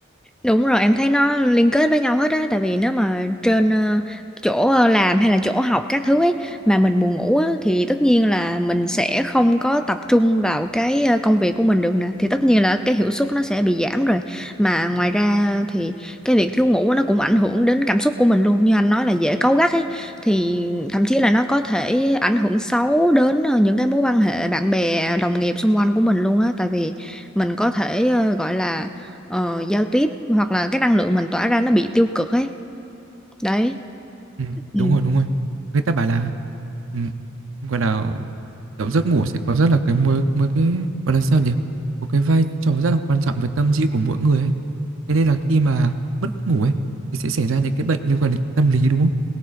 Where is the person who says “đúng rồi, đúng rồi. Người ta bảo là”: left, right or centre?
Right